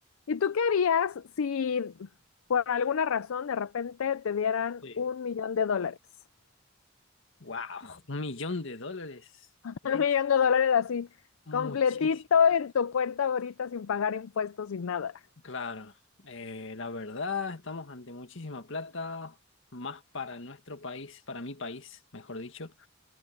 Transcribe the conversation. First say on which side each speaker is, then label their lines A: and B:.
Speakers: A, on the left (about 80°); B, on the left (about 65°).
A: ¿Y tú qué harías si por alguna razón de repente te dieran
B: Sí.
A: un millón de dólares?
B: Wow, un millón de dólares
A: <laughs>
B: es
A: Un millón de dólares así,
B: muchísimo.
A: completito en tu cuenta ahorita sin pagar impuestos sin nada.
B: Claro, eh, la verdad, estamos ante muchísima plata, más para nuestro país, para mi país, mejor dicho.